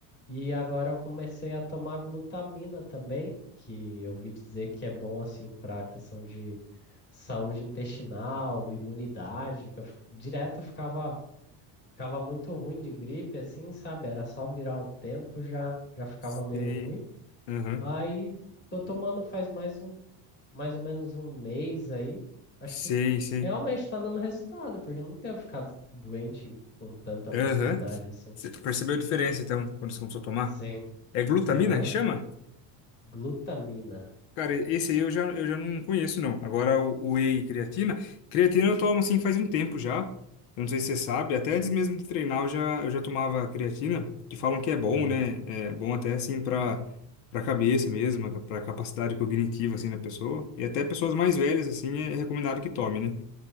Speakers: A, on the left; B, on the left.
A: E agora eu comecei a tomar glutamina também, que eu ouvi dizer que é bom assim para a questão de saúde intestinal, imunidade, que eu, fi- direto ficava, ficava muito ruim de gripe, assim, sabe? Era só virar o tempo, já, já ficava
B: Sei.
A: meio ruim.
B: Aham.
A: Aí tô tomando faz mais um, mais ou menos um mês aí. Acho
B: Sei,
A: que
B: sei.
A: realmente tá dando resultado, porque eu não tenho ficado doente com tanta
B: Aham.
A: facilidade assim.
B: Cê Percebeu a diferença, então, quando você começou a tomar?
A: Sim.
B: É glutamina
A: Aham.
B: que chama?
A: Glutamina.
B: Cara, esse aí eu já, eu já não conheço, não. Agora, o, o whey e creatina. Creatina eu tomo, assim, faz um tempo já. Eu não sei se você sabe. Até antes mesmo de treinar, eu já, eu já tomava creatina, que falam que é bom,
A: Aham.
B: né? É bom até, assim, pra, pra cabeça mesmo, pra capacidade cognitiva, assim, da pessoa. E até pessoas mais velhas, assim, é recomendado que tome, né?